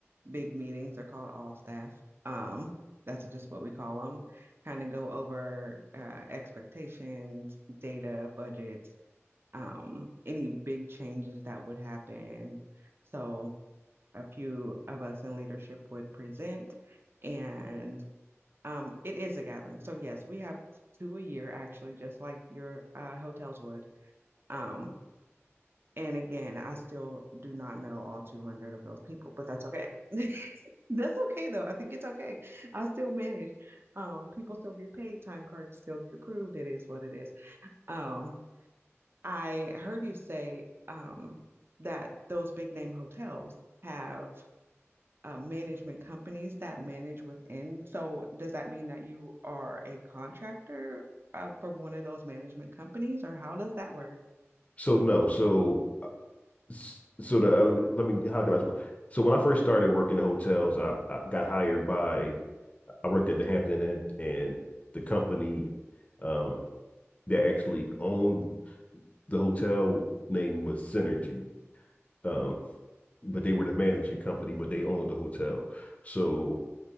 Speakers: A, on the right (about 50°); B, on the left (about 30°).
A: big meetings are called all staff. Um, that's just what we call them. Kind of go over uh, expectations, data, budgets, um, any big changes that would happen. So a few of us in leadership would present, and um, it is a gathering. So yes, we have two a year actually, just like your uh, hotels would. Um, and again, I still do not know all 200 of those people, but that's okay. <laughs> That's okay though. I think it's okay. I still manage. Um, people still get paid, time cards still get approved. It is what it is. Um, I heard you say um that those big name hotels have uh, management companies that manage within. So does that mean that you are a contractor uh, for one of those management companies, or how does that work?
B: So no, so S- So the uh, let me, let me how can I explain? So when I first started working in hotels, I, I got hired by I worked at the Hampton Inn and the company um, that actually owned the hotel name was Synergy, um, but they were the managing company, but they owned the hotel. So